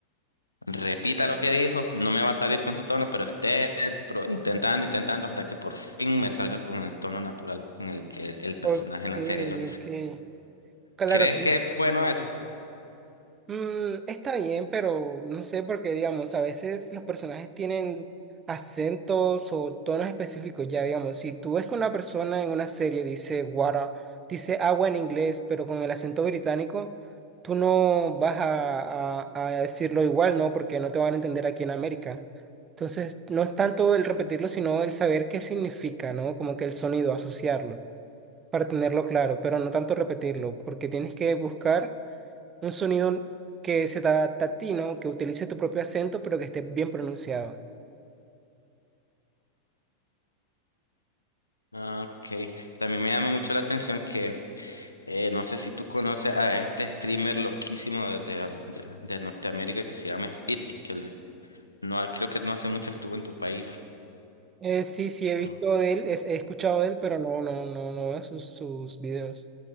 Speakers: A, on the left; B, on the right.
A: Repita lo que dijo, no me va a salir con su tono, pero esté pro- intentando, intentando hasta que por fin me salga con el tono natural con el que el personaje
B: Ok,
A: en la
B: ok.
A: serie lo dice.
B: Claro,
A: ¿Crees
B: ¿cómo?
A: que
B: se-
A: es bueno eso?
B: Mm, está bien, pero no sé, porque digamos, a veces los personajes tienen acentos o tonos específicos, ya digamos, si tú ves que una persona en una serie dice water, dice agua en inglés, pero con el acento británico, tú no vas a, a- a decirlo igual, ¿no? Porque no te van a entender aquí en América. Entonces, no es tanto el repetirlo, sino el saber qué significa, ¿no? Como que el sonido, asociarlo, para tenerlo claro, pero no tanto repetirlo, porque tienes que buscar. Un sonido que se te adapta a ti, ¿no? Que utilice tu propio acento, pero que esté bien pronunciado.
A: Ah, Ok, también me llama mucho la atención que eh, no sé si tú conoces a este streamer loquísimo de, de- de- de Norteamérica que se llama Speed, que le- no, creo que no hace mucho estuvo en tu país.
B: Eh, sí, sí, he visto
A: Ah.
B: de él, es- he escuchado de él, pero no, no, no, no veo sus, sus videos.